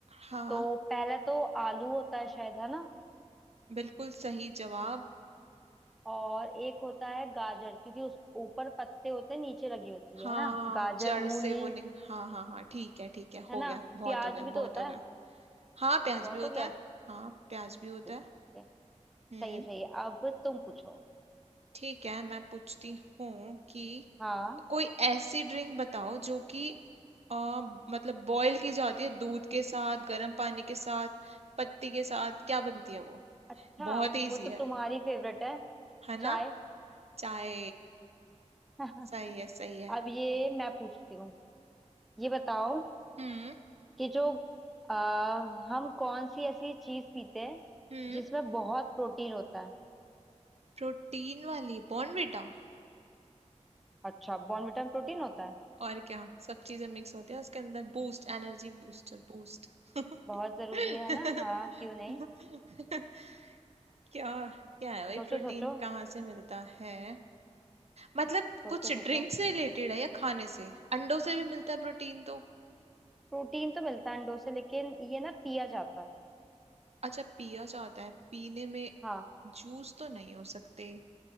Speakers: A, on the right (about 60°); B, in the centre.
A: हाँ
B: तो पहला तो आलू होता है शायद है ना
A: बिल्कुल सही जवाब
B: और एक होता है गाजर क्योंकि उस ऊपर पत्ते होते हैं नीचे लगी होती
A: हाँ
B: है है ना गाजर
A: जड़
B: मूली
A: से वो नि... हाँ हाँ हाँ ठीक है ठीक है
B: है
A: हो
B: ना
A: गया बहुत
B: प्याज
A: हो गया
B: भी तो
A: बहुत
B: होता
A: हो गया
B: है
A: हाँ प्याज
B: बहुत
A: भी होता
B: हो गया
A: है हाँ प्याज भी होता
B: ठीक
A: है
B: ठीक है
A: हम्म
B: सही है, सही है अब तुम पूछो
A: ठीक है मैं पूछती हूँ कि
B: हाँ
A: कोई ऐसी ड्रिंक बताओ जो कि अ, मतलब बॉईल की जाती है दूध के साथ गर्म पानी के साथ पत्ती के साथ क्या बनती है वो
B: अच्छा
A: बहुत इजी
B: वो तो
A: है
B: तुम्हारी फेवरेट है
A: है
B: चाय
A: ना चाय <laughs>
B: <laughs>
A: सही है सही है
B: अब ये मैं पूछती हूँ ये बताओ
A: हम्म
B: कि जो आ, हम कौन सी ऐसी चीज पीते हैं
A: हम्म
B: जिसमें बहुत प्रोटीन होता है
A: प्रोटीन वाली बॉर्नविटा
B: अच्छा बॉर्नविटा में प्रोटीन होता है
A: और क्या सब चीजें मिक्स होती है उसके अंदर बूस्ट एनर्जी बूस्टर बूस्ट
B: बहुत जरूरी
A: <laughs>
B: है ना हाँ क्यों नहीं
A: क्या क्या है भाई
B: सोचो
A: प्रोटीन
B: सोचो
A: कहाँ से मिलता है मतलब
B: सोचो
A: कुछ
B: सोचो
A: ड्रिंक से रिलेटेड है या खाने से अंडों से भी मिलता है प्रोटीन तो
B: प्रोटीन तो मिलता है अंडों से लेकिन ये ना पिया जाता है
A: अच्छा पिया जाता है पीने में
B: हाँ
A: जूस तो नहीं हो सकते